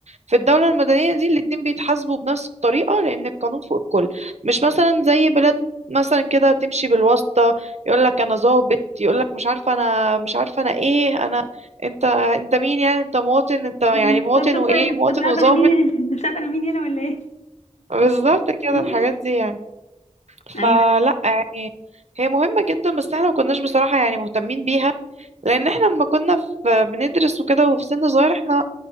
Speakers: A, on the right; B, on the left.
A: في الدولة المدنية دي الاتنين بيتحاسبوا بنفس الطريقة لأن القانون فوق الكل مش مثلا زي بلاد مثلا كده تمشي بالواسطة يقول لك انا ظابط يقول لك مش عارفه انا مش عارفه انا ايه انا انت انت مين يعني انت مواطن انت يعني
B: انت
A: مواطن
B: أنت مش
A: وايه
B: عارف- أنت
A: مواطن
B: مش عارفه
A: وظابط
B: انا مين انت مش عارفه انا مين هنا ولا ايه
A: بالظبط كده
B: <laughs>
A: الحاجات دي يعني
B: ايوه
A: فلا يعني هي مهمه جدا بس احنا ما كناش بصراحه يعني مهتمين بيها لان احنا لما كنا في بندرس وكده وفي سن صغير احنا